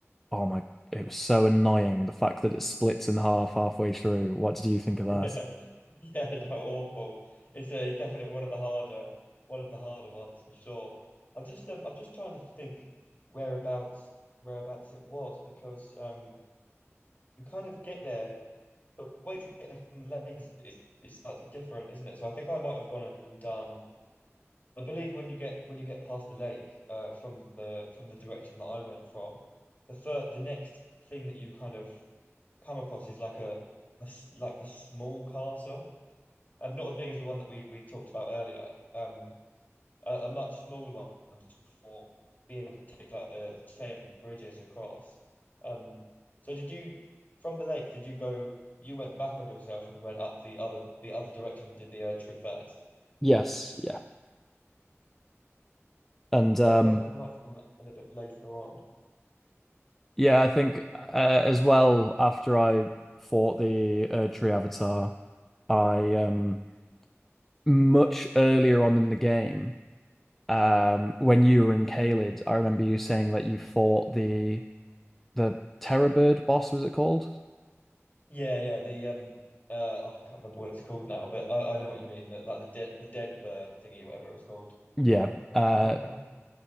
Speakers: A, in the centre; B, on the left.
A: Oh my, it was so annoying the fact that it splits in half halfway through. What did you think
B: <laughs>
A: of that?
B: <laughs> Yeah, no, awful. It's, uh, definitely one of the harder, one of the harder ones for sure. I'm just, um, I'm just trying to think whereabouts, whereabouts it was because um, you kind of get there. The way to get there from Lagos is, is is slightly different, isn't it? So I think I might have gone and done. I believe when you get when you get past the lake, uh, from the from the direction that I went from, the fir the next thing that you kind of come across is like a, a s- like a small castle um, not as big as the one that we we talked about earlier. Um, a, a much smaller one just before being able to take like the the chain bridges across. Um, so did you from the lake? Did you go? You went back on yourself and went up the other the other direction. Did the Erdtree first?
A: Yes, yeah. And um,
B: Yeah, so I think I might have done that a little bit later on.
A: Yeah, I think uh, as well after I fought the uh, tree avatar, I um much earlier on in the game, um when you were in Caelid, I remember you saying that you fought the the Terror Bird boss, was it called?
B: Yeah, yeah. The um, uh, oh, I can't remember what it's called now, but I, I know what you mean. That like the dead the dead bird thingy, whatever it was called.
A: Yeah,
B: God,
A: uh,
B: I can't remember now.